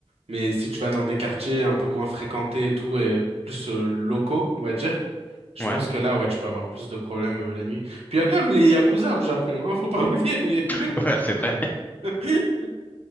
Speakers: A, on the right; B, on the left.
A: mais si tu vas dans des quartiers un peu moins fréquentés et tout, et plus euh, locaux, on va dire, je
B: Ouais,
A: pense que là, ouais, tu peux avoir plus de problèmes euh, la nuit. Puis il y a quand même les Yakuza au Japon, hein, faut pas oublier, mais...
B: <laughs> ouais, c'est vrai.
A: <laughs>